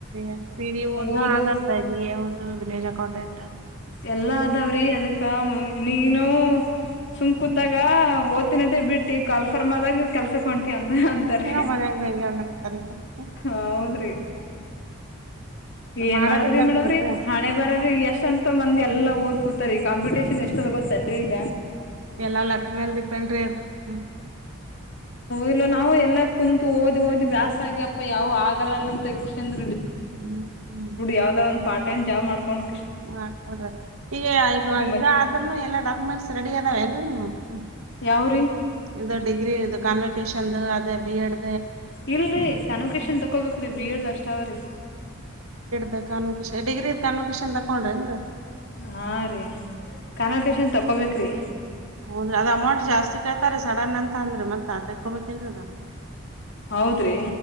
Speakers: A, on the right; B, on the left.
A: ಎ ಡಿ ಹಓದ್
B: ಓದು
A: ಆದಂತ ಇದದು ವಿಲೇಜ್ ಅಕೌಂಟೆಂಟ್
B: ಎಲ್ಲಾ ಅದಾವ್ರಿ ಅದಕ್ಕ ನೀನು ಸುಮಕೂತಾಗ ಓ್ತ್ತಿನದ ಬಿಟ್ಟಿ ಕಾಫರ್ಮ ಆದಾಗ ಕೆಲ್ಸಕಂಂತಟಿ ಅಂತ ಅಂತಾರೆ
A: ಇನ್ನು ಮನ್ಯಾಗ ಹಂಗೆ ಅನ್ನಕತ್ತಾರ ಈಗ ಹ್ಮ್
B: ಹೌದ್ರಿ ಏನ್
A: ಮಾಡೋದೇ
B: ಮಾಡದ್ರಿ
A: ಕೆಲ್ಸ
B: ಮಾಡೇಡವ್ರಿ
A: ಮತ್ತ
B: ಹಣೆ ಬರ್ರರಿ ಎಷ್ಟ ಅಂತ ಮ ಂದ ಎಲ್ಲ ಓದ್ ಕೂತಾರೆ ಈ ಕಾಂಪಿಟೇಷನ್ ಎಷ್ಟೊರ ಗೊತ್ತೇನ್ರಿ ಈಗ
A: ಎಲ್ಲಾ ಲೆಕ್ಕ ಮೇಲ್ ಡಿಪೆಂಡ್ರಿ ಅದು್ಮ
B: ಇಲು ನಾವು ಎಲ್ಲ ಕುಂತು ಓದಿ ಓದಿ ಬ್ಯಾಸ ಆಗ್ಯಪ್ಪ ಯಾವ ಆಗಲ್ಲ ಅನ್ನಂತ ಅಂದ
A: ಹ್ಮ್ ಹ್ಮ್
B: ಯಾವದ ಒ್ ಪಾರ್ ೈಮ ಜಾ ಮಾಡಕೊಂಡು
A: ಹಾ ನೋಡ್ರಿ ಈಗ ಈಗ ಇದ
B: ಮತ್
A: ಆದಾರ್ನು ಎಲ್ಲಾ ಡಾಕ್ಯುಮೆಂಟ್ಸ್ ರೆಡಿ ಅದಾವ ಅಲ್ರಿ ನಿಮ ಹ
B: ಯಾವ
A: ಇದು ಡಿಗ್ರಿ ಇದು ಕನ್ವಿಕೇಶನ್ದು ಅದೇ ಬಿ ಎಡ್
B: ಇಲ್ರರಿ ಕನ್ವೊಕೇಶನ್ ತಕೊಬೇಕ್ರಿ ಬಿ ಎಡ್ ಅಷ್ಟ ಅವ್ರೀ
A: ದು ದು ತಕ್ಕೊಂಡ್ರೇನ್ರಿ
B: ಹಾ ರೀ ಕನ್ೋಕೇಶನ್ ತೊಗೊಬೇಕ ರೀ
A: ಹೌದ್ರಿ ಅದ್ ಅಮೌಂಟ್ ಜಾಸ್ತಿ ಕೇಳ್ತಾರ ಸಡನ್ ಅಂತ ಅಂದ್ರೆ ಮತ್ತತ್ ತಕೋಬೇಕಿಲ್ರದ
B: ಹೌದ್ರಿ